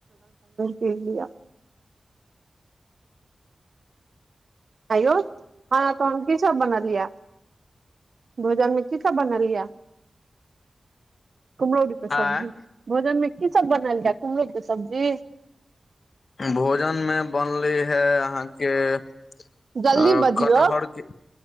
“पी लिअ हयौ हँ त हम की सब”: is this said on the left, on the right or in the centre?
Right